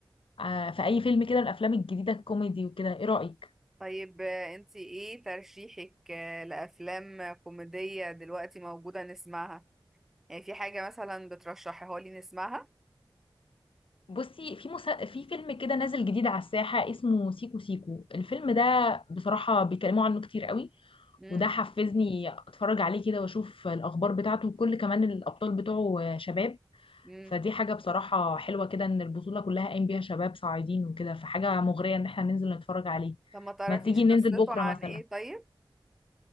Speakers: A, on the left; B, in the centre.
A: آه، في اي فيلم كده الافلام الجديده الكوميدي وكده ايه رايك
B: طيب آه، انتي ايه ترشيحك آه، لأفلام كوميدية دلوقتي موجودة نسمعها يعني في حاجة مثلا بترشحيها لي نسمعها
A: بصي في مسا... في فيلم كده نازل جديد على الساحه اسمه سيكو سيكو الفيلم ده بصراحه بيتكلموا عنه كتير قوي
B: مم.
A: وده حفزني اتفرج عليه كده واشوف الاخبار بتاعته وكل كمان الابطال بتوعه آه، شباب
B: مم.
A: فدي حاجه بصراحه حلوه كده ان البطوله كلها قايم بيها شباب صاعدين وكده فحاجه مغريه ان احنا ننزل نتفرج عليه
B: طب ما تعرفيش
A: ما تيجي
B: قصته
A: ننزل بكره
B: عن
A: مثلا
B: ايه طيب